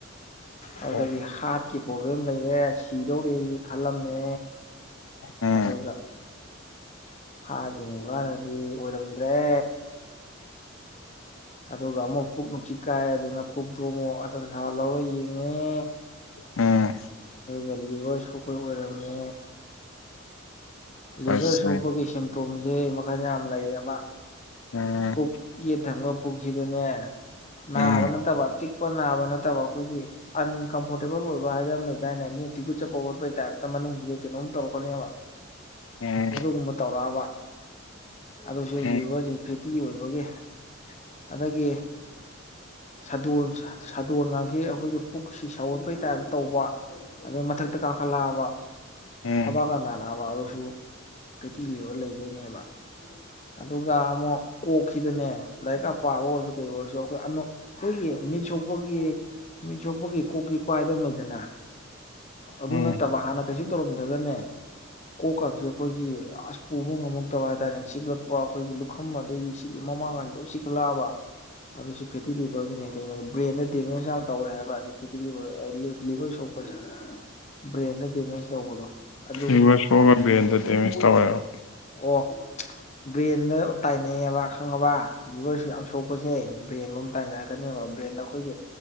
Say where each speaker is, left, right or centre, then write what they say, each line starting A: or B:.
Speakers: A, on the left; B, on the left.
A: ꯑꯣ
B: ꯑꯗꯨꯗꯒꯤ ꯍꯥꯔꯠꯀꯤ ꯄ꯭ꯔꯣꯕ꯭ꯂꯦꯝ ꯀꯔꯦ ꯆꯗꯣ ꯈꯜꯂꯝꯃꯦ
A: ꯎꯝ
B: ꯑꯗꯨꯒ ꯍꯥꯏꯗꯤ ꯃꯒꯥꯅꯗꯤ ꯑꯣꯏꯔꯝꯗ꯭ꯔꯦ ꯑꯗꯨꯒ ꯑꯃꯨꯛ ꯄꯨꯛ ꯅꯨꯡꯁꯤꯠ ꯀꯥꯏ ꯑꯗꯨꯅ ꯄꯨꯛꯇꯨ ꯑꯃꯨꯛ ꯑꯇꯁ ꯂꯧꯔ ꯌꯦꯡꯉꯦ
A: ꯑꯝ
B: ꯒꯦꯜꯂꯤꯕ ꯁꯨ ꯑꯈꯣꯏ ꯑꯣꯏꯔꯝꯃꯦ
A: ꯐꯖꯩ
B: ꯂꯤꯚꯔ ꯁꯣꯛꯄꯒꯤ ꯁꯦꯝ ꯇꯨꯝꯖꯦ ꯃꯈꯜ ꯌꯥꯝ ꯂꯩꯌꯦꯖ
A: ꯎꯝ
B: ꯄꯨꯛ ꯌꯦꯠ ꯊꯪꯕ ꯄꯨꯛꯁꯤꯗꯅꯦ ꯅꯥꯕ
A: ꯎꯝ
B: ꯅꯠꯇꯕ ꯆꯤꯛꯄ ꯅꯥꯕ ꯅꯠꯇꯕ ꯑꯩꯈꯣꯏꯒꯤ ꯑꯟ ꯀꯝꯐꯣꯔꯇꯦꯕꯜ ꯑꯣꯏꯕ ꯍꯥꯏꯗꯅ ꯑꯝ ꯂꯩꯗꯥꯏꯅꯦ ꯃꯤ ꯇꯤꯛꯒꯨꯠ ꯆꯠꯄ ꯈꯣꯠꯄꯒꯤ ꯇꯥꯏ꯭ꯞꯇ ꯃꯅꯨꯡꯁꯤꯗꯩ ꯀꯩꯅꯣꯝ ꯇꯧꯔꯛꯀꯅꯦꯕ
A: ꯎꯝ
B: ꯑꯗꯨꯒꯨꯝꯕ ꯇꯧꯔꯛꯑꯕ ꯑꯗꯨꯁꯨ
A: ꯎꯝ
B: ꯂꯤꯚꯔꯁꯤ ꯐꯦꯇꯤ ꯑꯣꯏꯕꯒꯤ ꯑꯗꯒꯤ ꯁꯥꯗꯣꯟ ꯁꯥꯗꯣꯟ ꯉꯪꯈꯩ ꯑꯩꯈꯣꯏꯒꯤ ꯄꯨꯛꯁꯤ ꯁꯧꯒꯠꯄꯩ ꯇꯥꯏꯞ ꯇꯧꯕ ꯑꯗꯩ ꯃꯊꯛꯇ ꯀꯥꯈꯠꯂꯛꯑꯕ
A: ꯎꯝ
B: ꯊꯕꯥꯛꯀꯥ ꯅꯥꯔꯕ ꯑꯗꯨꯁꯨ ꯐꯦꯇꯤ ꯂꯤꯕ ꯂꯩ ꯗꯩꯅꯦꯕ ꯑꯗꯨꯒ ꯑꯃꯨꯛ ꯀꯣꯛꯁꯤꯗꯅꯦ ꯂꯥꯏꯔꯤꯛꯀ ꯄꯥꯕ ꯑꯣꯏꯔꯁꯨ ꯀꯩ ꯑꯣꯏꯔꯁꯨ ꯑꯩꯈꯣꯏ ꯑꯅꯣꯛ ꯑꯩꯈꯣꯏꯒꯤ ꯃꯤꯠ ꯁꯣꯛꯄꯒꯤ ꯃꯤꯠ ꯁꯣꯛꯄꯒꯤ ꯀꯣꯛ ꯆꯤꯛꯄꯥ ꯑꯗꯨꯃꯗꯅ ꯑꯗꯨ
A: ꯎꯝ
B: ꯅꯠꯇꯕ ꯍꯥꯟꯅ ꯀꯩꯁꯨ ꯇꯧꯔꯝꯗ꯭ꯔꯒꯅꯦ ꯀꯣꯛ ꯀꯥꯁꯦ ꯑꯩꯈꯣꯏꯒꯤ ꯑꯁ ꯄꯨꯕ ꯉꯝꯃꯛꯇꯕ ꯍꯥꯏꯇꯥꯔꯦ ꯆꯤꯛꯂꯛꯄ ꯑꯩꯈꯣꯏꯒꯤ ꯂꯨꯈꯝ ꯑꯗꯒꯤ ꯁꯤꯒꯤ ꯃꯃꯥꯡ ꯀꯥꯏꯁꯦ ꯂꯣꯏ ꯆꯤꯈꯠꯂꯛꯑꯕ ꯑꯗꯨꯁꯨ ꯐꯦꯇꯤ ꯂꯤꯚꯔꯒꯤꯅꯦ ꯀꯩꯅꯣꯗ ꯕ꯭ꯔꯦꯟꯗ ꯇꯤꯟꯑꯦꯁ ꯌꯥꯝ ꯇꯧꯋꯦ ꯍꯥꯏꯕ ꯑꯁꯤ ꯂꯤꯚꯔ ꯑ ꯂꯤ ꯂꯤꯚꯔ ꯁꯣꯛꯄꯁꯦ ꯕ꯭ꯔꯦꯟꯗ ꯗꯦꯃꯦꯖ ꯇꯧꯕꯗꯣ ꯑꯗꯨꯒꯤ
A: ꯔꯤꯚꯔꯁ ꯁꯣꯛꯑꯒ ꯕ꯭ꯔꯦꯟꯗ ꯗꯦꯃꯦꯖ ꯇꯧꯋꯦꯕ
B: ꯑꯣ ꯆ ꯕ꯭ꯔꯦꯟꯗ ꯇꯥꯏ ꯅꯩꯑꯦꯕ ꯈꯪꯉꯕ ꯂꯤꯚꯔꯁꯤ ꯌꯥꯝ ꯁꯣꯛꯄꯁꯦ ꯕ꯭ꯔꯦꯟ ꯂꯣꯝ ꯇꯥꯏꯅꯔꯛꯀꯅꯦꯕ ꯕ꯭ꯔꯦꯟꯗ ꯑꯩꯈꯣꯏꯒꯤ